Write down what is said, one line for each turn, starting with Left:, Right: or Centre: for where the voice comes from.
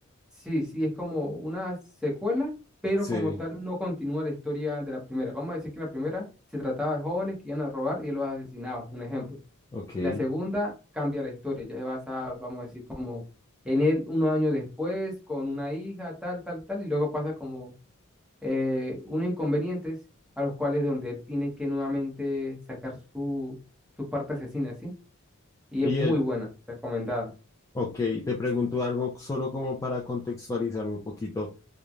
Centre: sí, sí, es como una secuela, pero
Left: Sí,
Centre: como tal no continúa la historia de la primera. Vamos a decir que la primera se trataba de jóvenes que iban a robar y él los asesinaba, un ejemplo.
Left: ok.
Centre: La segunda cambia la historia, ya se basa, vamos a decir, como en él unos años después, con una hija, tal, tal, tal, y luego pasa como eh, unos inconvenientes a los cuales donde él tiene que nuevamente sacar su, su parte asesina, ¿sí? Y
Left: Y
Centre: es muy
Left: él,
Centre: buena, recomendada.
Left: ok, te pregunto algo solo como para contextualizarme un poquito.